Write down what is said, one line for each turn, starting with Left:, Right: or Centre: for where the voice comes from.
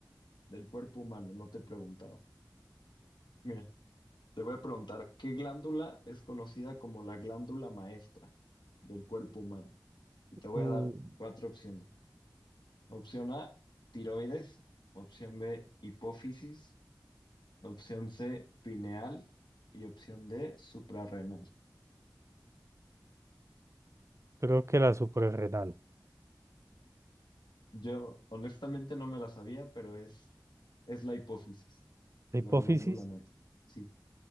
Left: del cuerpo humano, no te he preguntado. Mira, te voy a preguntar, ¿qué glándula es conocida como la glándula maestra del cuerpo humano? Y te voy
Right: Mm,
Left: a dar cuatro opciones. Opción A, tiroides. Opción B, hipófisis. Opción C, pineal. Y opción D, suprarrenal.
Right: Creo que la suprarrenal.
Left: Yo honestamente no me la sabía, pero es, es la hipófisis,
Right: La
Left: la
Right: hipófisis,
Left: glándula maestra. Sí,